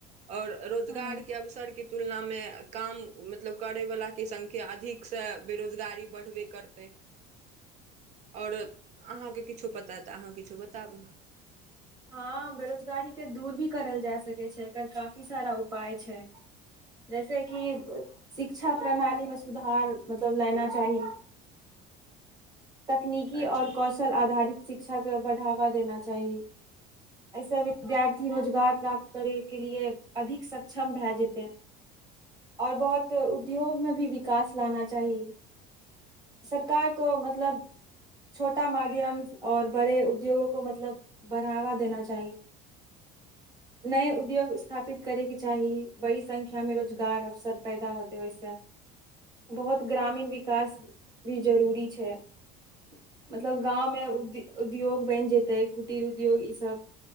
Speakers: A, on the right; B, on the right.
A: आओर रोजगार
B: हूँ
A: के अवसर के तुलना मे काम मतलब करैवलाके संख्या अधिकसे बेरोजगारी बढ़बे करतै आओर अहाँकेँ किछो पता तऽ अहाँ किछो बताबू
B: हँ बेरोजगारी के दूर भी करल जा सकै छै एकर काफी सारा उपाय छै जैसे कि स शिक्षा प्रणालीमे सुधार मतलब लेना चाही तकनीकी
A: अच्छा
B: आओर कौशल आधारित शिक्षाके बढ़ावा देना चाही एहिसँ विद्यार्थी रोजगार प्राप्त करे के लिए अधिक सक्षम भए जेतै आओर बहुत उद्योग मे भी विकास लाना चाही सरकार को मतलब छोटा माध्यम आओर बड़े उद्योगो को मतलब बढ़ावा देना चाही
A: <unintelligible>
B: नए उद्योग स्थापित करेके चाही बड़ी संख्यामे रोजगार अवसर पैदा होतै ओहिसँ बहुत ग्रामीण विकास भी जरूरी छै मतलब गाँवमे उद्य उद्योग बनि जेतै कुटिर उद्योग ईसब